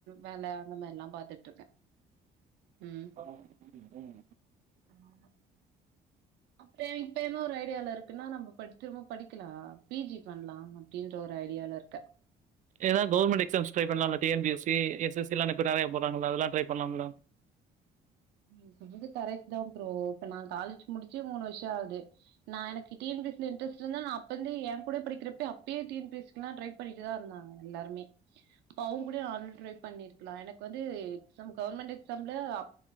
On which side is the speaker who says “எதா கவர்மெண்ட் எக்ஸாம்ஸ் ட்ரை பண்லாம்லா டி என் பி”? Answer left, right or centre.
Right